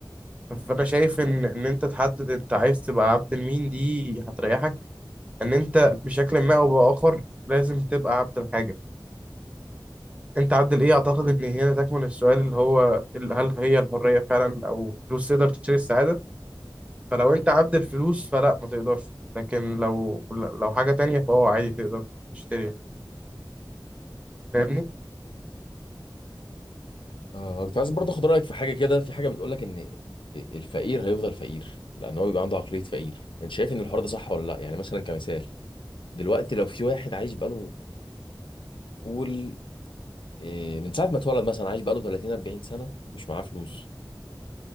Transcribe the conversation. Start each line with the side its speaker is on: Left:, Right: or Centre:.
Right: فأنا شايف إن إن أنت تحدد أنت عايز تبقى عبد لمين دي هتريحك إن أنت بشكل ما أو بآخر لازم تبقى عبد الحاجة أنت عبد الإيه أعتقد إن هنا تكمن السؤال اللي هو ال- هل هي الحرية فعلا أو الفلوس تقدر تشتري السعادة فلو أنت عبد الفلوس فلا ما تقدرش لكن لو لو حاجة تانية فهو عادي تقدر تشتريها فاهمني؟
Left: آه كنت عايز برضه اخد رايك في حاجه كده في حاجه بتقول لك ان الفقير هيفضل فقير لان هو بيبقى عنده عقليه فقير انت شايف ان الحوار ده صح ولا لا يعني مثلا كمثال دلوقتي لو في واحد عايش بقاله قول إيه، من ساعه ما اتولد مثلا عايش بقاله 30 40 سنه مش معاه فلوس